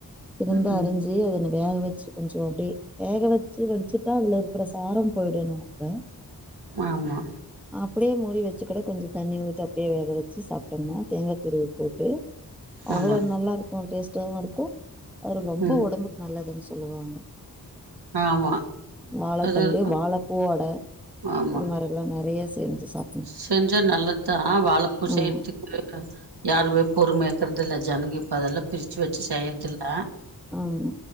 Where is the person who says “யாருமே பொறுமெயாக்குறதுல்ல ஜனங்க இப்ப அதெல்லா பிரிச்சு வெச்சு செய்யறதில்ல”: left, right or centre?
Right